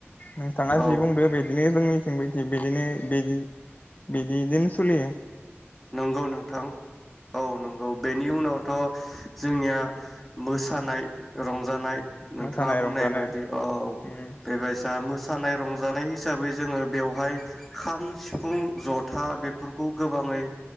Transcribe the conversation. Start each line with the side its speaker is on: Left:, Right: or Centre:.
Left: नोंथाङा
Centre: औ
Left: जि बुंदो बिदिनो जोंनिथिंबो बिदिनो बि बिदिदोनो सलियो
Centre: नंगौ नोंथां औ नंगौ बेनि उनावथ जोंनिया मोसानाय रं जानाय नोंथाङा
Left: मोसानाय
Centre: बुंनाय
Left: रंजानाय
Centre: बायदि औ
Left: उम
Centre: बेबायसा मोसानाय रंजानाय हिसाबै जोङो बेवहाय खाम सि फुं जथा बेफोरखौ गोबाङै